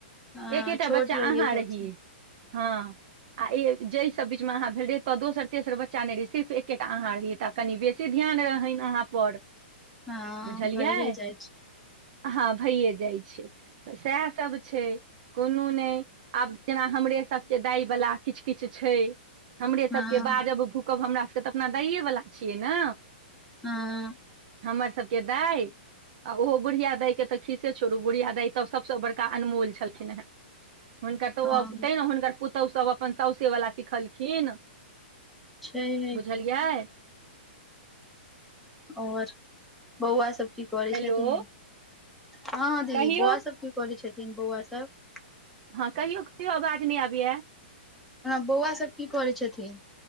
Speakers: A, in the centre; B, on the right.
A: हँ
B: एकेटा
A: छोट
B: बच्चा
A: रहियै
B: अहाँ
A: सबसँ
B: रहिय हँ आ जेहि सब बच मे अहाँ भेल रहे तो दोसर तेसर बच्चा नइ रहे सिर्फ एकेटा अहाँ रहिय तऽ कनि बेस से ध्यान रहनि अहाँ पर
A: हँ
B: बुझलियै
A: भइए जाइ छै
B: हँ भइए जाइ छै। तऽ सएह सब छै। कोनो नइ आब जेना हमरे सबके दाइबला किछ किछ छै। हमरे सबके
A: हँ
B: बाजब भूकब हमरा सबके तऽ अपना दइए वला छियै ने
A: हँ
B: हमर सबके दाइ ओहो बुढ़िया दाइकेँ तऽ खीसे छोड़ू बुढ़िया दाइ तऽ सभसँ बड़का अनमोल छलखिन हेँ हुनकर तऽ
A: हँ
B: तैने हुनकर पुतहु सभ अपन साऊ से बला सिखल खिन
A: छै
B: बुझलियै
A: कि ओर बौआ सब की करै
B: हेलो
A: छथिन हँ दीदी
B: कहियौ
A: बौआ सब की करै छथिन बौआ सब
B: हँ कहियो कहियो आवाज नइ आबैया
A: बौआ सब की करै छथिन